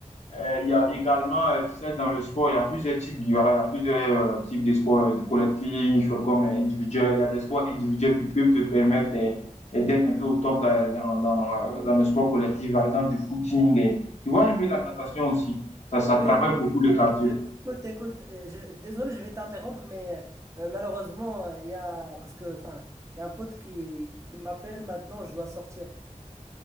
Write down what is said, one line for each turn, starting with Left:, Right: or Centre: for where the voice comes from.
Left: Euh, il y a également, euh, tu sais, dans le sport, il y a plusieurs types, voilà, il y a plusieurs euh, types de sports euh, collectifs comme euh, individuels. Il y a des sports individuels qui peuvent te permettre euh, d'être un peu au top dans, dans, dans, euh, dans le sport collectif, par exemple du footing. Et, tu vois un peu
Right: Hmm.
Left: la natation aussi. Ça, ça
Right: Oui,
Left: travaille
Right: oui,
Left: beaucoup le
Right: ouais,
Left: cardio.
Right: je- écoute, écoute, euh, je- désolé, je vais t'interrompre, mais euh, malheureusement, euh, il y a, parce que, enfin, il y a un pote qui, qui m'appelle maintenant, je dois sortir.